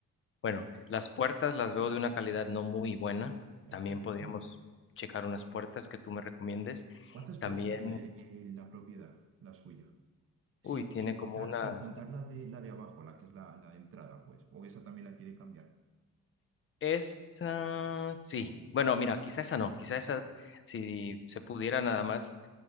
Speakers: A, on the left; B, on the right.
A: Bueno, las puertas las veo de una calidad no muy buena.
B: De
A: También
B: acuerdo.
A: podríamos checar unas puertas que tú me recomiendes.
B: ¿Cuántas
A: También,
B: puertas tiene eh, la propiedad, la suya? Sin,
A: uy, tiene
B: sin contar,
A: como una
B: sin contar la de, la de abajo, la que es la, la de entrada, pues. O esa también la quiere cambiar.
A: Esa sí. Bueno, mira, quizá esa no. Quizá esa, si se pudiera nada más